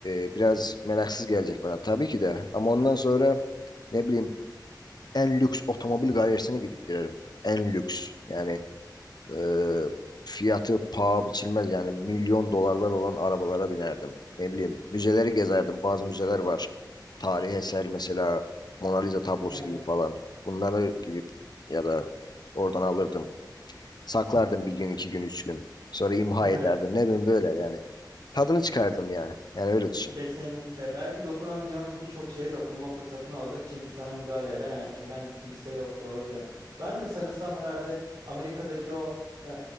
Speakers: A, on the left; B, on the right.
A: e, biraz meraksız gelecek bana tabii ki de. Ama ondan sonra ne bileyim en lüks otomobil galerisine gidip girerim. En lüks. Yani e, fiyatı paha biçilmez yani milyon dolarlar olan arabalara binerdim. Ne bileyim müzeleri gezerdim. Bazı müzeler var. Tarihi eser mesela Mona Lisa tablosu
B: evet,
A: gibi falan. Bunları gidip ya da oradan alırdım. Saklardım bir gün, iki gün, üç gün. Sonra imha
B: evet.
A: ederdim. Ne bileyim böyle yani. Tadını çıkardım ya. Yani öyle düşün.
B: Kesinlikle. Belki dokunamayacağımız birçok şeye dokunma fırsatın olacak. Çünkü sana müdahale eden her- herhangi kimse yok. Doğru diyorsun. Ben de sanırsam herhalde Amerika'daki o e,